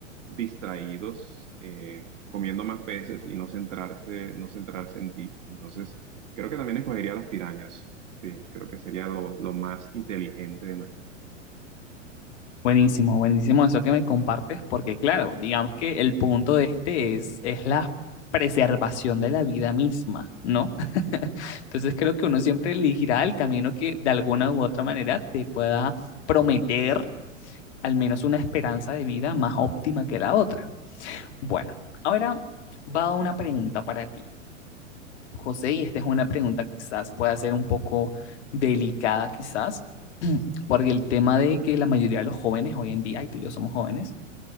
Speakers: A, on the right (about 70°); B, on the left (about 60°).
A: distraídos eh, comiendo más peces y no centrarte, no centrarse en ti. Entonces Creo que también escogería las pirañas. Sí, creo que sería lo, lo más inteligente de nuestra.
B: Buenísimo, buenísimo eso que me compartes, porque claro, digamos que el punto de este es, es la preservación de la vida misma, ¿no? <laughs> Entonces creo que uno siempre elegirá el camino que de alguna u otra manera te pueda prometer al menos una esperanza de vida más óptima que la otra. Bueno, ahora va una pregunta para ti. José, y esta es una pregunta que quizás pueda ser un poco delicada, quizás, <clears throat> porque el tema de que la mayoría de los jóvenes hoy en día, y tú y yo somos jóvenes,